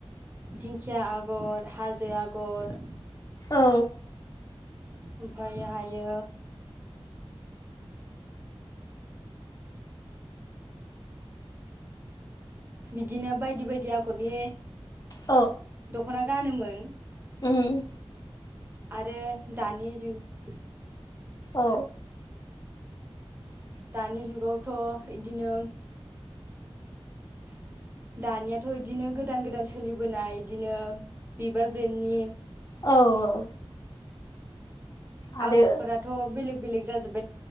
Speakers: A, on the right; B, on the left.
A: दिंखिया आगर हाजो आगर
B: औ
A: ओमफायहायो बिदिनो बायदि बायदि आगरनि
B: औ
A: दख'ना गानोमोन।
B: उम
A: आरो दानि जुग
B: औ
A: दानि जुगावथ' इदिनो <inaudible> दानियाथ' इदिनो गोदान गोदान सोलिबोनाय इदिनो बिबार ब्रेन्डनि
B: औ औ आरो
A: आगरफोराथ' बेलेग बेलेग जाजोब